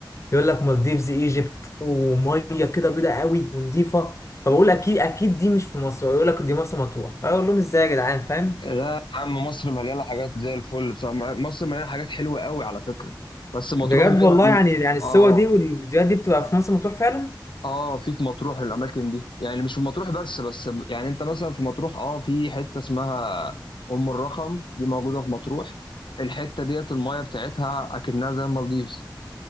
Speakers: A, on the left; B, on the left.
A: يقول لك مالديفز ايجيبت وميه كده بيضه قوي ونظيفه فبقول اكيد اكيد دي مش في مصر يقول لك دي مرسى مطروح فاقول لهم ازاي يا جدعان فاهم
B: لا يا عم مصر مليانه حاجات زي الفل بصراحه مصر مليانه حاجات حلوه قوي على فكره بس مطروح
A: بجد
B: منها
A: والله يعني يعني الصور
B: اه
A: دي والفيديوهات دي بتبقى في مرسى مطروح فعلا
B: اه في في مطروح الاماكن دي يعني مش في مطروح بس بس ب- يعني انت مثلا في مطروح اه في حته اسمها ام الرخم دي موجوده في مطروح الحته ديت المايه بتاعتها اكنها زي المالديفز